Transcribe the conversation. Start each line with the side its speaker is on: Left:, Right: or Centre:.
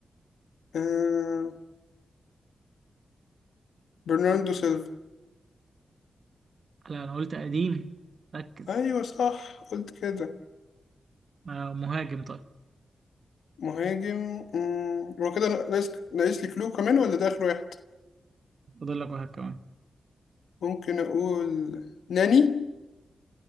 Left: آه برناردو سيلفا
Right: لا انا قلت قديم ركز
Left: ايوه صح قلت كده
Right: آه مهاجم طيب
Left: مهاجم مم. هو كده ناقص ناقص لي كلو كمان ولا ده اخر واحد
Right: فاضل لك واحد كمان
Left: ممكن اقول ناني